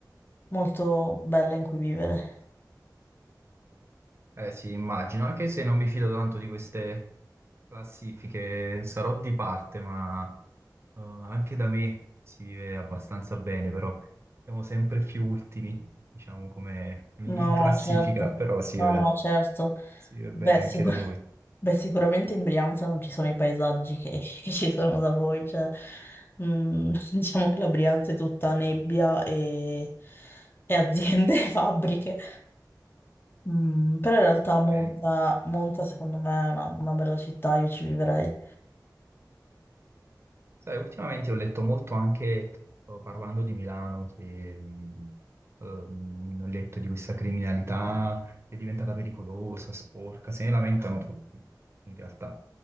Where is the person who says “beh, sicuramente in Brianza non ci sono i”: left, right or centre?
Left